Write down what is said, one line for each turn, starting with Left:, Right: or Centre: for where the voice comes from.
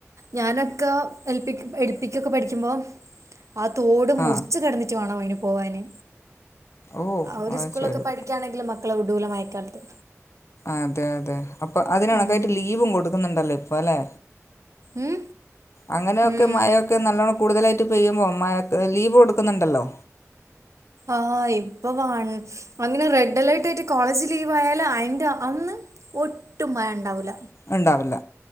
Right: ഞാനൊക്കെ എൽ പ്പിക്ക് എൽ പ്പിക്കൊക്കെ പഠിക്കുമ്പോ ആ തോട് മുറിച്ചു
Left: ആ
Right: കടന്നിട്ട് വേണോ അയിന് പോവാന്
Left: ഓ
Right: ഒരു
Left: അത്
Right: സ്കൂളൊക്കെ
Left: ശരി
Right: പഠിക്കയാണെങ്കിലും മക്കളെ വിടൂലമായക്കാലത്ത്
Left: അതെ അതെ അപ്പൊ അതിണക്കായിട്ട്
Right: ഉം
Left: ലീവും കൊടുക്കുന്നുണ്ടല്ലോ ഇപ്പ അല്ലെ
Right: ഉം
Left: അങ്ങനെയൊക്കെ
Right: ഉം
Left: മഴൊക്കെ നല്ലോണം കൂടുതലായിട്ട് പെയ്യുമ്പോൾ മ ലീവ് കൊടുക്കുന്നുണ്ടല്ലോ
Right: ആഹ് ഇപ്പാണ് അങ്ങനെ റെഡ് അലേർട്ട് ആയിട്ട് കോളേജ് ലീവ് ആയാല് അയിന്റെ അന്ന് ഒട്ടും മഴ ഉണ്ടാവൂല
Left: ഉണ്ടാവില്ല